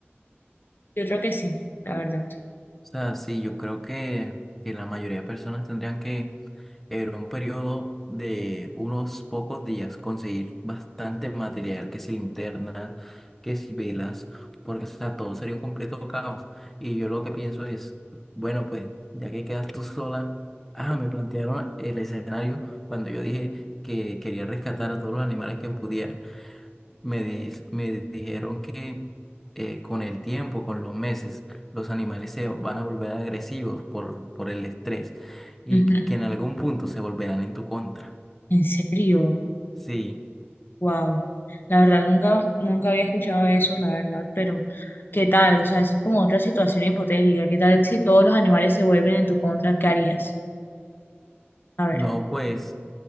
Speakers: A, on the left (about 55°); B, in the centre.
A: Yo creo que sí, la verdad.
B: O sea, sí, yo creo que, que la mayoría de personas tendrían que en un periodo de unos pocos días conseguir bastante material, que si linternas, que si velas, porque o sea, todo sería un completo caos. Y yo lo que pienso es, bueno, pues ya que quedas tú sola, ah, me plantearon el escenario cuando yo dije que quería rescatar a todos los animales que pudiera me, dis- me dijeron que eh, con el tiempo, con los meses, los animales se van a volver agresivos por, por el estrés y
A: Ujú.
B: que que en algún punto se volverán en tu contra.
A: ¿En serio?
B: Sí,
A: Wow. La verdad, nunca, nunca había escuchado eso, la verdad, pero ¿qué tal? O sea, eso es como otra situación hipotética. ¿Qué tal si todos los animales se vuelven en tu contra? ¿Qué harías? A ver.
B: no, pues